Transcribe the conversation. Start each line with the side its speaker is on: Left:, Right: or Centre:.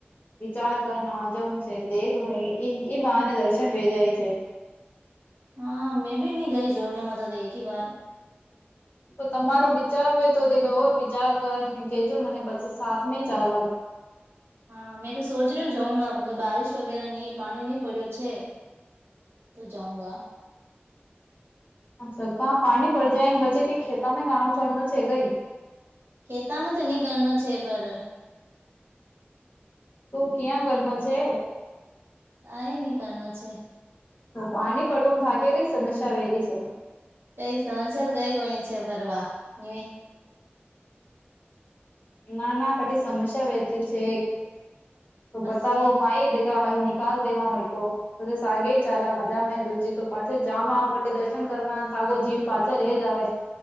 Left: વિચાર કર ના જઉં છે દેખલું એ બહારને દર્શન વે જાય છે.
Right: હા મેં બી નહી ગઈ જોનેમાં તો તો એક વાર
Left: તો તમારો વિચાર વ તો તે ગર વિચાર કરને કજો મને બછ સાથમે ચાલ
Right: હા મેં તો સોચ રહ્યો જઉંગા કે બારિશ વગેરે નહી પાણી નહીં પડ્યો છે. તો જાઉંગા
Left: ્છા કા પાણી પડ જાય ને પછી કે ખેતામાં કામ કરનું છે કઈ
Right: ખેતામાં તો નહી કરનો છે પર
Left: તું ક્યાં કરનો છે.
Right: કઈ નની કરનો છે.
Left: તો પાણી પડવુંમ તો આા કે ર સમસ્યા વહેરી છે.
Right: કઈ સમસ્યા તો કઈ કોની છે ફરવા ન
Left: ના ના ઘટી સમસ્યા વહેતી છે એક તો
Right: બસ
Left: બતાવો
Right: એવી.
Left: માય દે હાલ નિકાલ દેવા હોય કો પછ સાગે ચા મજા મે દુજી તો પાછ જવાી દર્શન કરવા સાગો જ પા એજ આવે